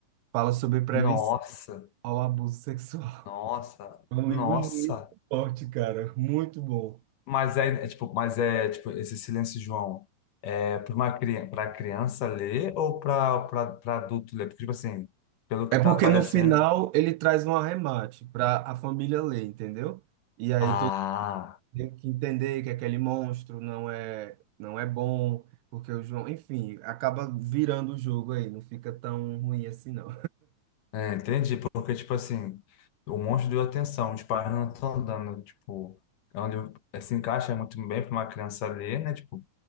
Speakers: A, on the right; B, on the left.
A: Fala sobre prevenção
B: Nossa.
A: ao abuso sexual.
B: Nossa,
A: <laughs> É um
B: nossa.
A: livro muito forte, cara, muito bom.
B: Mas é, é tipo, mas é tipo esse silêncio, João. É para uma criança, para criança ler ou para para adulto ler? Porque tipo assim, pelo que
A: É
B: tá
A: porque
B: aparecendo.
A: no final ele traz um arremate para a família ler, entendeu? E aí
B: Ah,
A: todo mundo tem que entender que aquele monstro não é não é bom, porque o João, enfim, acaba virando o jogo aí, não fica tão ruim assim não.
B: é, entendi. Porque tipo assim, o monstro deu atenção, os pais não estão dando, tipo, é onde é, se encaixa muito bem para uma criança ler, né? Tipo,